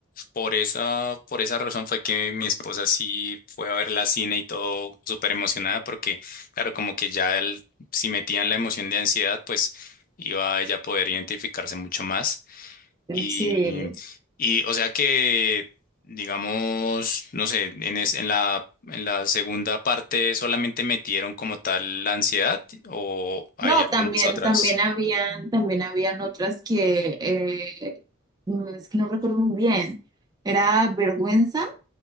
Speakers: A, on the left; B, on the right.
A: por esa, por esa razón fue que mi esposa sí fue a ver la cine y todo súper emocionada, porque, claro, como que ya el- si metían la emoción de ansiedad, pues iba a ella a poder identificarse mucho más. Y,
B: Sí.
A: y o sea que, digamos, no sé, en, es- en la, en la segunda parte solamente metieron como tal la ansiedad o hay
B: No,
A: algunas
B: también,
A: otras.
B: también habían, también habían otras que eh, mm, es que no recuerdo muy bien. Era vergüenza